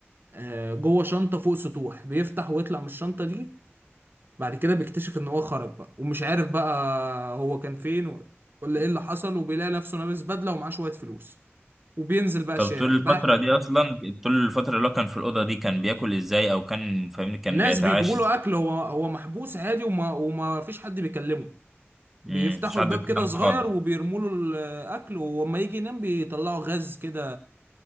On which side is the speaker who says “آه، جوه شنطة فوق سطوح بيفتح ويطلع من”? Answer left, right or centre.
Right